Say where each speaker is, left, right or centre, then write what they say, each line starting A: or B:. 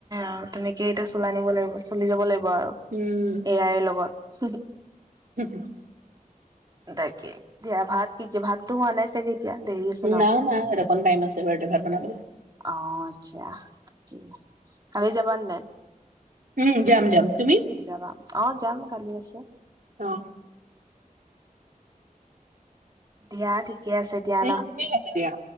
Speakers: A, on the right; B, on the right.
A: আও তেনেকে এতিয়া চলাই নিব লাগিব চলি যাব লাগিব আৰু
B: উম
A: এ আইৰ লগত
B: <unintelligible>
A: দাকে দিয়া ভাত কি কি ভাত তো হোৱা নাই চাগে এতি যা দেৰি আছে ন
B: নাই নাই এদেখোন টাইম আছে বাৰডে ভাত বনাবলে
A: অ আচ্ছা তাকেই কালি যাবানে নাই
B: উম যাম যাম তুমি
A: যাবা অ যাম কালি আছে
B: অ
A: দিয়া ঠিক ঠিকে আছে এতিয়া
B: উম,
A: ন
B: ঠিক আছে দিয়া